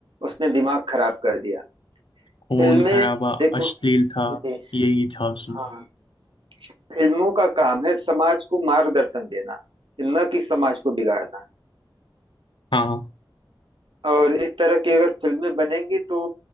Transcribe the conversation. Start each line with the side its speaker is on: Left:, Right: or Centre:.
Right: उसने दिमाग खराब कर दिया
Left: खून
Right: फिल्में
Left: खराबा
Right: देखो
Left: अश्लील था
Right: जी
Left: यही था उसमें
Right: हाँ फिल्मों का काम है समाज को मार्गदर्शन देना न कि समाज को बिगाड़ना
Left: हाँ
Right: और इस तरह की अगर फिल्में बनेंगी तो